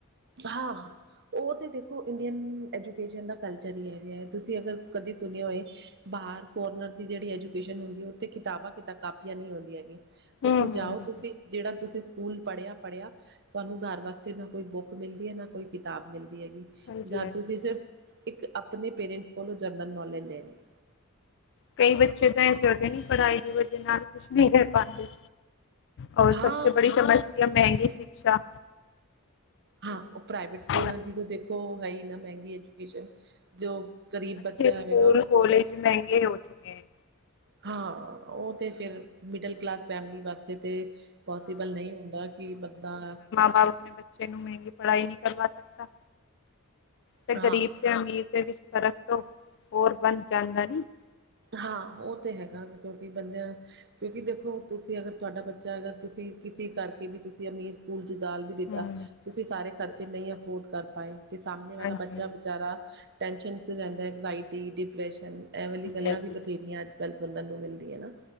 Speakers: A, on the right; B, on the left.
A: ਹਾਂ ਓ ਤੇ ਦੇਖੋ ਇੰਡੀਅਨ ਐਜੂਕੇਸ਼ਨ ਦਾ ਕਲਚਰ ਈ ਐਂਵੇ ਐ। ਤੁਸੀਂ ਅਗਰ ਕਦੀ ਸੁਣਿਆ ਹੋਏ ਬਾਹਰ ਫੋਰਨਰ ਦੀ ਜਿਹੜੀ ਐਜੂਕੇਸ਼ਨ ਹੁੰਦੀ ਏ, ਉੱਥੇ ਕਿਤਾਬਾਂ ਕਿੱਦਾਂ ਕਾਪੀਆਂ ਨੀ ਹੁੰਦੀਆ ਐ ਗੀਆ।
B: ਹੂੰ
A: ਉੱਥੇ
B: ਹੂੰ
A: ਜਾਓ
B: ਹੂੰ
A: ਤੁਸੀਂ, ਜਿਹੜਾ ਤੁਸੀਂ ਸਕੂਲ ਪੜਿਆ-ਪੜਿਆ, ਤੁਆਨੂੰ ਘਾਰ ਵਾਸਤੇ ਨਾ ਕੋਈ ਬੁੱਕ ਮਿਲਦੀ ਐ ਨਾ ਕੋਈ ਕਿਤਾਬ ਮਿਲਦੀ ਐਗੀ
B: ਹਾਂਜੀ
A: ਘਰ
B: ਹਾਂਜੀ
A: ਤੁਸੀਂ ਸਿਰਫ ਇੱਕ ਅਪਨੇ ਪੇਰੈਂਟਸ ਕੋਲੋਂ ਜਰਨਲ ਨੌਲੇਜ ਲੇਨੀ ਏ।
B: ਕਈ ਬੱਚੇ ਤਾਂ ਐੇਸੇ ਹੋਤੇ ਐ ਨਹੀਂ ਪੜਾਈ ਦੀ ਵਜੇ ਨਾਲ ਕੁਸ਼ ਨਈ ਕਰ ਪਾਂਦੇ। ਔਰ ਸਭਸੇ
A: ਹਾਂ
B: ਬੜੀ ਸਮੱਸਿਆ ਮਹਿੰਗੀ ਸ਼ਿਕਸ਼ਾ।
A: ਹਾਂ, ਓ ਪ੍ਰਾਈਵੇਟ ਸਕੂਲਾਂ
B: ਹੂੰ
A: ਦੀ ਤਾਂ ਦੇਖੋ, ਹੈ ਈ ਨਾ ਮਹਿੰਗੀ ਐਜੂਕੇਸ਼ਨ। ਜੋ ਗਰੀਬ ਬੱਚਾ
B: ਸਕੂਲ-ਕਾਲਜ
A: ਹੈਗਾ
B: ਮਹਿੰਗੇ ਹੋ ਚੁੱਕੇ ਏ।
A: ਹਾਂ, ਓਹ ਤੇ ਫਿਰ ਮਿਡਲ ਕਲਾਸ ਫੈਮਲੀ ਵਾਸਤੇ ਤੇ ਪੋਸੀਬਲ ਨਈ ਹੁੰਦਾ ਕਿ ਬੰਦਾ
B: <unintelligible> ਅਪਨੇ ਬੱਚੇ ਨੂੰ ਮਹਿੰਗੀ ਪੜਾਈ ਨਈ ਕਰਵਾ ਸਕਤਾ, ਫਿਰ
A: ਹਾਂ
B: ਗਰੀਬ ਤੇ ਅਮੀਰ ਦੇ ਵਿੱਚ ਫਰਕ ਤੋ ਹੋਰ ਬਣ ਜਾਂਦਾ ਨੀ
A: ਹਾਂ, ਓਹ ਤੇ ਹੈਗਾ ਕਿਉਂਕਿ ਬੰਦਿਆਂ, ਕਿਉਂਕਿ ਦੇਖੋ ਤੁਸੀਂ ਅਗਰ ਤੁਆਡਾ ਬੱਚਾ ਅਗਰ ਤੁਸੀਂ ਕਿਸੀ ਕਰਕੇ ਵੀ ਤੁਸੀਂ ਅਮੀਰ ਸਕੂਲ ਚ ਡਾਲ ਵੀ ਦਿੱਤਾ
B: ਹਾਂਜੀ
A: ਤੁਸੀਂ ਸਾਰੇ ਖਰਚੇ ਨਈ ਅਫੋਰਡ ਕਰ ਪਾਏ, ਤੇ ਸਾਹਮਣੇ ਵਾਲਾ
B: ਹਾਂਜੀ
A: ਬੱਚਾ ਵਿਚਾਰਾ ਟੈਂਸ਼ਨ ਚ ਰਹਿੰਦਾ। ਐੰਗਜਾਇਟੀ, ਡਿਪਰੈਸ਼ਨ ਐ ਵਾਲੀ ਗੱਲਾਂ
B: ਹਾਂਜੀ
A: ਵੀ
B: ਹਾਂਜੀ
A: ਬਥੇਰੀਆਂ ਅੱਜ-ਕੱਲ ਸੁਣਨ ਨੂੰ ਮਿਲਦੀਐ ਨਾ।